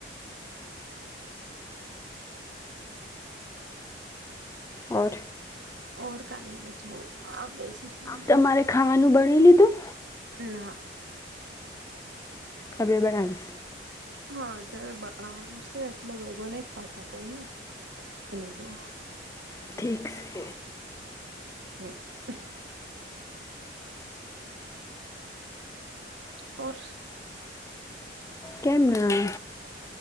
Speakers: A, on the left (about 15°); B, on the right (about 75°).
A: ઓર.
B: ઓર કાઈ નહીં છો આ બેસી છું.
A: તમારે ખાવાનું બનાઇ લીધું.
B: ના.
A: અભિ બડાસ
B: હા જ્યારે બણવાનું છે એટલો ભેગો નહીં ખાતા કોઈને એને લી
A: ઠીક સે.
B: હ. ઓર.
A: કેમ ના.